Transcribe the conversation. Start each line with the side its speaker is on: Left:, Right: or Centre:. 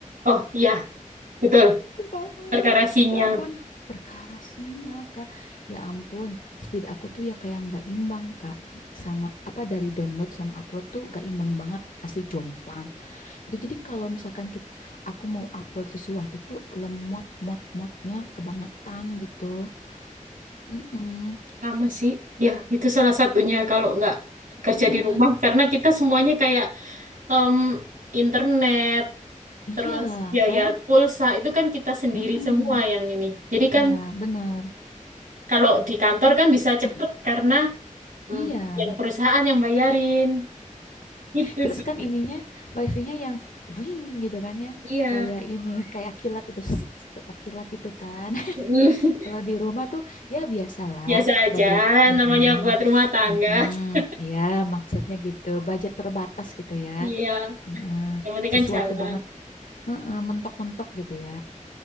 Right: Oh iya, betul.
Left: <laughs> Bangun.
Right: Perkara sinyal.
Left: Ya ampun, perkara sinyal, Kak. Ya ampun, speed aku tuh ya kayak nggak imbang, Kak. Sama apa dari download sama upload tuh nggak imbang banget, asli jomplang. Itu jadi kalau misalkan kita, aku mau upload sesuatu tuh lemot mot motnya kebangetan gitu. Mm-mm.
Right: Sama sih, ya itu salah satunya kalau nggak kerja
Left: Iya,
Right: di rumah karena kita semuanya kayak em, internet
Left: iya
Right: terus biaya
Left: kan?
Right: pulsa itu kan kita sendiri
Left: Mm-mm.
Right: semua yang ini. Jadi
Left: Ya,
Right: kan
Left: bener.
Right: kalau di kantor kan bisa cepet
Left: <clears throat>
Right: karena mm,
Left: Iya.
Right: yang perusahaan yang bayarin. Itu
Left: Terus
Right: sih.
Left: kan ininya wifi-nya yang wing gitu kan ya.
Right: Iya.
Left: Kayak ini, kayak kilat gitu, <tsk> cepat kilat gitu kan. <laughs>
Right: Mm.
Left: Kalau di rumah tuh ya biasalah
Right: <laughs> Biasa aja
Left: budget heeh.
Right: namanya buat rumah tangga.
Left: heeh,
Right: <laughs>
Left: ya maksudnya gitu, budget terbatas gitu ya.
Right: Iya,
Left: Heeh,
Right: yang penting
Left: sesuatu
Right: kan jalan.
Left: banget heeh, mentok-mentok gitu ya.